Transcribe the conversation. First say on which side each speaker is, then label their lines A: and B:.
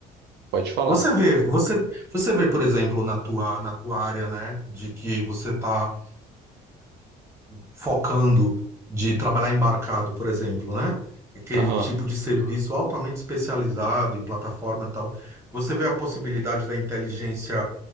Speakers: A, on the right; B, on the right.
A: Pode falar.
B: Você vê, você, você vê, por exemplo, na tua, na tua área, né, de que você está focando de trabalhar embarcado, por exemplo, né, aquele
A: Aham.
B: tipo de serviço altamente especializado em plataforma e tal. Você vê a possibilidade da inteligência